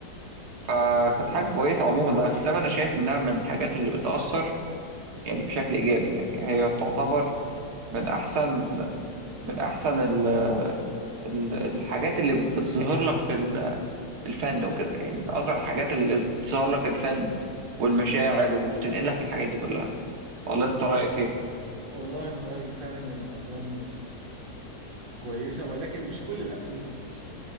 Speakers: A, on the right; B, on the right.
A: فكانت
B: والله
A: حاجه كويسه عموما الافلام انا شايف انها من الحاجات اللي بتاثر يعني بشكل ايجابي يعني هي تعتبر من احسن من احسن ال- ال- الحاجات اللي بتظهر لك ال- الفن وكده يعني من اصغر الحاجات اللي بتظهر لك الفن والمشاعر وبتنقل لك الحاجات دي كلها ولا انت رايك ايه
B: والله انا رايي فعلا إن الافلام كويسه ولكن مش كل الافلام كويسه